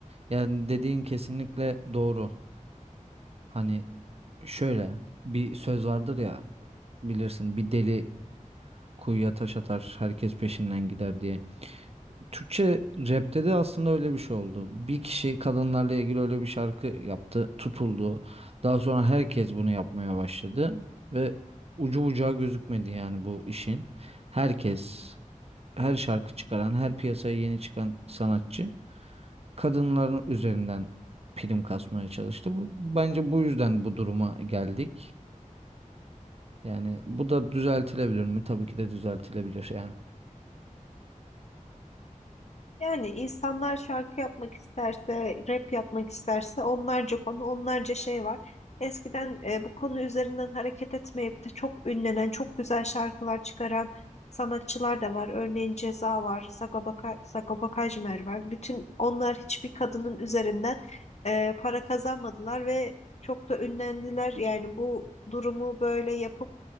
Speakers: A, on the right (about 50°); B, on the left (about 55°).
A: yani dediğin kesinlikle doğru. Hani şöyle bir söz vardır ya bilirsin bir deli kuyuya taş atar herkes peşinden gider diye. Türkçe rapte de aslında öyle bir şey oldu. Bir kişi kadınlarla ilgili öyle bir şarkı yaptı, tutuldu. Daha sonra herkes bunu yapmaya başladı ve ucu bucağı gözükmedi yani bu işin. Herkes, her şarkı çıkaran, her piyasaya yeni çıkan sanatçı kadınların üzerinden prim kasmaya çalıştı. Bu, bence bu yüzden bu duruma geldik. Yani bu da düzeltilebilir mi? Tabii ki de düzeltilebilir yani.
B: Yani insanlar şarkı yapmak isterse, rap yapmak isterse onlarca konu, onlarca şey var. Eskiden e, bu konu üzerinden hareket etmeyip de çok ünlenen, çok güzel şarkılar çıkaran sanatçılar da var. Örneğin Ceza var, Sagopa, Ka- Sagopa Kajmer var. Bütün onlar hiçbir kadının üzerinden e, para kazanmadılar ve çok da ünlendiler. Yani bu durumu böyle yapıp